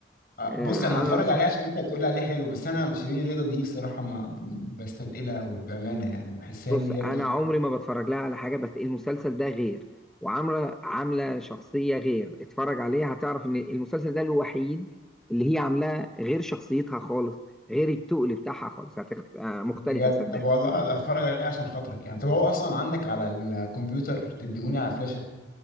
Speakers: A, on the left; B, in the centre.
A: آه،
B: آه،
A: بص انا هتفرج
B: انا انصح
A: عليه عشان انت بتقول عليه حلو بس انا شيرين رضا دي صراحه ما ب- بستثقلها قوي بامانه يعني بحسها
B: بص
A: ان هي
B: انا
A: تقيله
B: عمري ما بتفرج لها على حاجه بس المسلسل ده غير وعامله عامله شخصيه غير اتفرج عليها هتعرف ان المسلسل ده الوحيد اللي هي عاملاه غير شخصيتها خالص غير التقل بتاعها خالص هتخ... آه، مختلفه
A: بجد
B: صدقني
A: طب والله هتفرج عليه عشان خاطرك يعني طب هو اصلا عندك على الكمبيوتر تديهوني على فلاشه